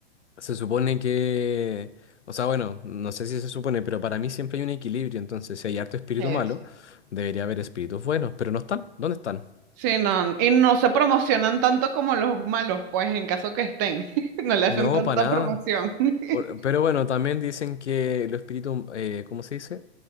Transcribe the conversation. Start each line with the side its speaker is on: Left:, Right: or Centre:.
Left: Se supone que, o sea, bueno, no sé si se supone, pero para mí siempre hay un equilibrio, entonces si hay harto espíritu
Right: Es-
Left: malo, debería haber espíritus buenos, pero no están, ¿dónde están?
Right: Sí, no, y no se promocionan tanto como los malos, pues en caso que estén, <laughs> no le hacen
Left: No,
Right: tanta
Left: para nada.
Right: promoción. <laughs>
Left: Por- pero bueno, también dicen que los espíritus, eh, ¿cómo se dice?